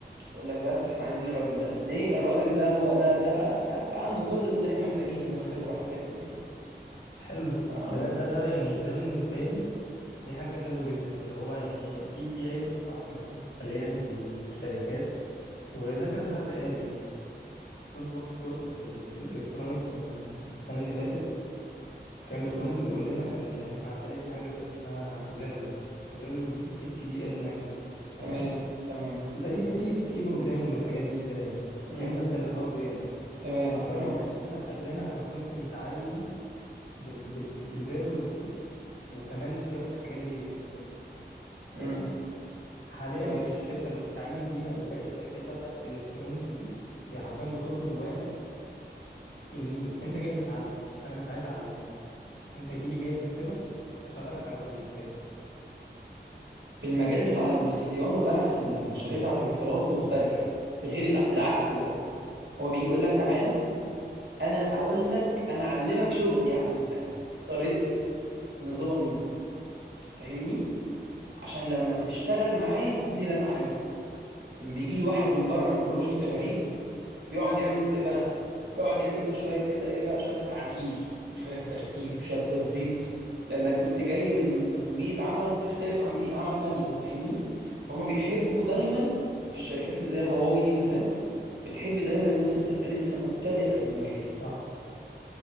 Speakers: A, on the right (about 85°); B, on the left (about 80°).
A: تقول لك بس احنا عايزين الراجل ده ليه الراجل ده هو ده ده بس يعني ده عنده كل اللي احنا محتاجينه من خبرة وحاجات من كده
B: حلو
A: فاهم
B: ده ده ده يعني ده بالنسبه لي دي حاجه حلوه جدا اللي هو يعني ايه في في عيب الصراحه انا بشوفه حاليا في ال- في الشركات وده كذا حد قاله يعني كنت باخد كورس في ال في الالكترونكس من السنه اللي فاتت كان الباشمهندس بيقول لنا ان يعني احنا عندنا في حاجه كده اسمها فيرلوج فيرلوج دي اتش دي ال لانجوج تمام
A: تمام تمام
B: زي زي السي بروجرامنج والحاجات دي كده يعني
A: مم.
B: فاهم بس للهاردوير بقى
A: تمام
B: حرفيا
A: تمام
B: والله قال لنا قال لنا انا كنت متعين بال بال بالفيرلوج دي وكمان شويه حاجات بيزكس كده
A: امم
B: تمام حاليا
A: تمام
B: الشركه اللي هو متعين فيها او باقي الشركات بقى بتاعت الالكترونيكس دي هي حرفيا بتطلب واحد تنين انت جاي متعلم انا مش عايز اعلمك انت جيلي جاهز كده هشغلك على بروجكتات
A: المجال بتاع الصيانه بقى في المشاريع بتاعه الاتصالات مختلف غير الع- العكس بقى هو بيقول لك تعالى انا اقول لك انا اعلمك شغلي عامل ازاي طريقتي نظامي فاهمني عشان لما تشتغل معايا تديني اللي انا عايزه لما بيجي لي واحد من بره من بروجكت غريب
B: فهمت
A: بيقعد يعمل له ايه بقى يقعد يعمل له شويه كده ايه بقى شويه تعديل وشويه ترتيب شويه تظبيط لانك كنت جاي من بيئه عمل تختلف عن بيئه عمل تانية فاهمني فهم بيحبوا دايما في الشركات اللي زي هواوي دي بالذات بتحب دايما الناس اللي تبقى لسه مبتدئه في المجال
B: صح